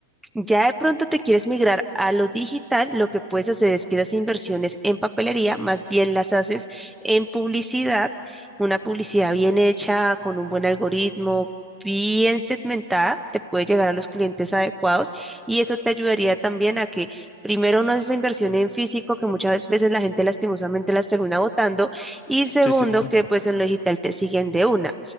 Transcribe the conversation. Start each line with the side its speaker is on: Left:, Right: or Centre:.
Centre: ya de pronto te quieres migrar a lo digital, lo que puedes hacer es que esas inversiones en papelería más bien las haces en publicidad, una publicidad bien hecha, con un buen algoritmo, bien segmentada, te puede llegar a los clientes adecuados y eso te ayudaría también a que primero no haces esa inversión en físico, que muchas veces la gente lastimosamente las termina botando y segundo,
Left: Sí, sí, sí, sí.
Centre: que pues en lo digital te siguen de una.